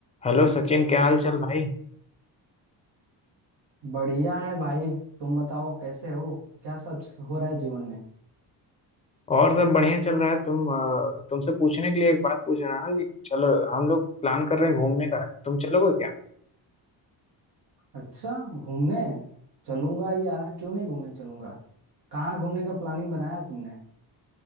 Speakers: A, on the left; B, on the right.
A: Hello Sachin क्या हाल चाल भाई
B: बढ़िया है भाई तुम बताओ कैसे हो क्या सब हो रहा है जीवन में
A: और सब बढ़िया चल रहा है तुम अ, तुमसे पूछने के लिए एक बात पूछ रहा है कि चलो हम लोग प्लान कर रहे हैं घूमने का तुम चलोगे क्या
B: अच्छा घूमने चलूंगा यार क्यों नहीं घूमने चलूंगा कहाँ घूमने का प्लानिंग बनाया तुमने